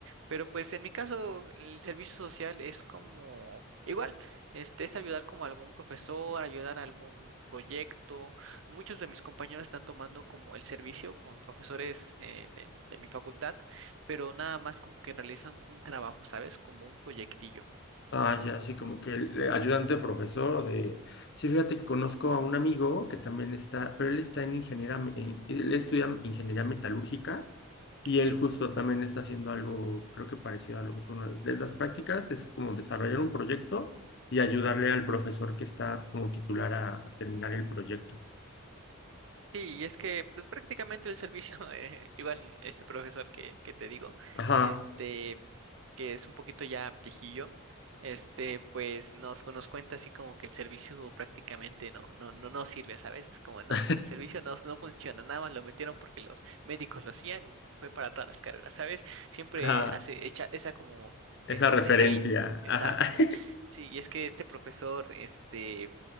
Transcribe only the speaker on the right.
Pero pues en mi caso, el servicio social es como igual, este es ayudar como a algún profesor, ayudar a algún proyecto. Muchos de mis compañeros están tomando como el servicio con profesores eh, de, de mi facultad, pero nada más como que realizan un trabajo, ¿sabes? Como un proyectillo.
Mm.
¿Ok?
Sí, y es que pues prácticamente el servicio, <laughs> eh, igual este profesor que, que te digo,
este... que es un poquito ya viejillo, este, pues nos, nos cuenta así como que el servicio prácticamente no, no, no, no sirve, ¿sabes? Es Como no,
pues el servicio no, no funciona, nada más lo metieron porque los médicos lo hacían y fue para todas las carreras, ¿sabes? Siempre
hace, echa esa como,
es,
ese hate, exacto.
Sí, y es que este profesor, este,